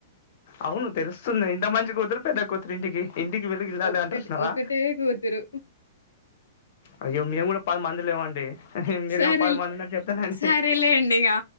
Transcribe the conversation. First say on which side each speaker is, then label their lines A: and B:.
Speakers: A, on the left; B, on the left.
A: అవును తెలుస్తుంది ఇంత మంచి కూతురు పెద్ద కూ తురు ఇంటికి ఇంటికి వెలుగు ఇల్లాలు
B: ఒక్కటి
A: అంటర్ సునవా
B: ఒకటే కూతురు.
A: అయ్యో మేము కూడా పది మందిలు ఏమండి మీరేమో
B: సరేలే.
A: పది మంది అ చెప్తానండి
B: సరేలేండిగ.